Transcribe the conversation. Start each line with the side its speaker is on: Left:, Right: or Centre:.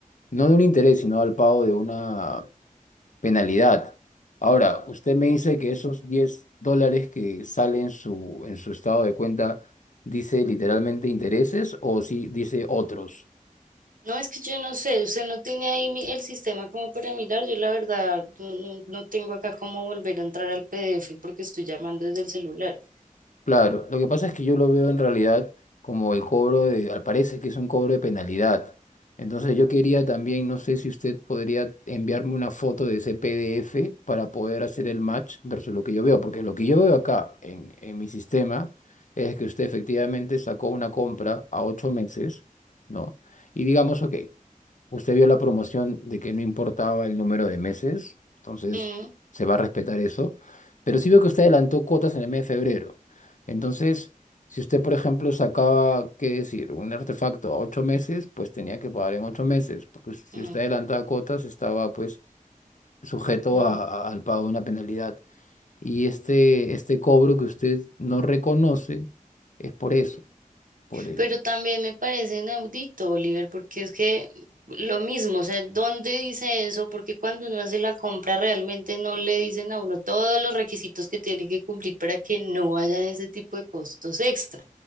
Left: no de un interés, sino al pago de una penalidad. Ahora, usted me dice que esos 10 dólares que salen en su, en su estado de cuenta dice literalmente intereses o si dice otros.
Right: No, es que yo no sé, usted no tiene ahí mi- el sistema como para mirar, yo la verdad no, no- no tengo acá cómo volver a entrar al PDF porque estoy llamando desde el celular.
Left: Claro, lo que pasa es que yo lo veo en realidad como el cobro de, al parecer que es un cobro de penalidad. Entonces yo quería también, no sé si usted podría enviarme una foto de ese PDF para poder hacer el match versus lo que yo veo, porque lo que yo veo acá en, en mi sistema es que usted efectivamente sacó una compra a ocho meses, ¿no? Y digamos, ok, usted vio la promoción de que no importaba el número de meses, entonces
Right: Mm,
Left: se va a respetar eso, pero sí veo que usted adelantó cuotas en el mes de febrero. Entonces, si usted, por ejemplo, sacaba, qué decir, un artefacto a ocho meses, pues tenía que pagar en ocho meses, porque si
Right: mm.
Left: usted adelantaba cuotas, estaba pues sujeto
Right: mm.
Left: a- a- al pago de una penalidad. Y este, este cobro que usted no reconoce es por eso, por el...
Right: Pero también me parece inaudito, Oliver, porque es que lo mismo, o sea, ¿dónde dice eso? Porque cuando uno hace la compra realmente no le dicen a uno todos los requisitos que tiene que cumplir para que no haya ese tipo de costos extra.